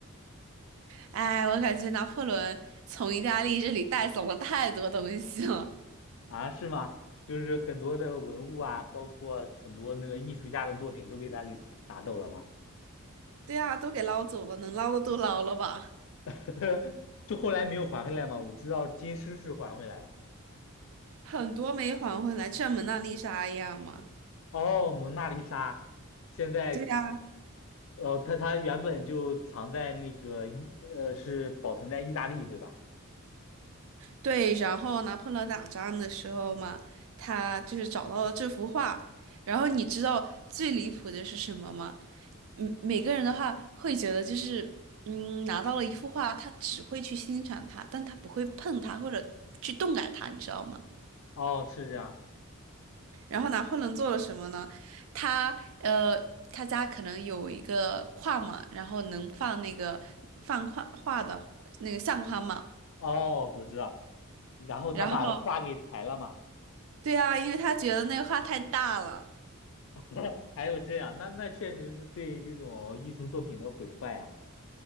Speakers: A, on the right; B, on the left.
A: 哎，我感觉拿破仑从意大利这里带走了太多东西了。
B: 啊，是吗？就是很多的文物啊，包括很多那个艺术家的作品都被他给拿走了嘛，
A: <laughs> 对啊，都给捞走了，能捞的都捞了吧？
B: <laughs> 就后来没有还回来嘛，我知道金狮是还回来了。
A: 很多没还回来，这蒙娜丽莎一样嘛。
B: 哦，蒙娜丽莎，现在。
A: 对呀。
B: 哦，他他原本就藏在那个意呃，是保存在意大利，对吧？
A: 对，然后拿破仑打仗的时候嘛，他就是找到了这幅画。然后你知道最离谱的是什么吗？嗯，每个人的话会觉得就是，嗯，拿到了一幅画，他只会去欣赏它，但他不会碰它或者去动感它，你知道吗？
B: 哦，是这样。
A: 然后拿破仑做了什么呢？他呃，他家可能有一个框嘛，然后能放那个放画画的那个相框嘛。
B: 哦，我知道。然后他把画给裁了嘛？
A: 然后，对啊，因为他觉得那个画太大了。
B: <laughs> 还有这样，那那确实是对这种艺术作品的毁坏啊。